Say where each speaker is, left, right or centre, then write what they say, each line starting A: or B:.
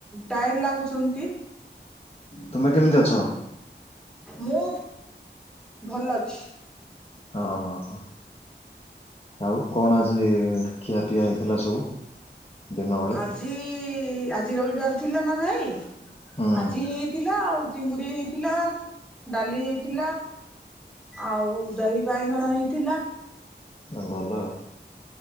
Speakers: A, in the centre; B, on the left (about 30°).
A: ଟାଏଡ ଲାଗୁଛନ୍ତି।
B: ତୁମେ କେମିତି ଅଛ?
A: ମୁଁ ଭଲ ଅଛି।
B: ହଁ ହଁ ହଁ। ଆଉ କଣ ଆଜି ଖିଆ ପିଆ ହେଇଥିଲା ସବୁ? ଦିନ ବେଳେ?
A: ଆଜି ଆଜି ରବିବାର ଥିଲା ନା ଭାଇ
B: ହୁଁ
A: ଆଜି ହେଇଥିଲା ଆଉ। ଚିଙ୍ଗୁଡି ହେଇଥିଲା ଡାଲି ହେଇଥିଲା। ଆଉ ଦହି ବାଇଗଣ ହେଇଥିଲା।
B: ଆଉ ଭଲ ଆଉ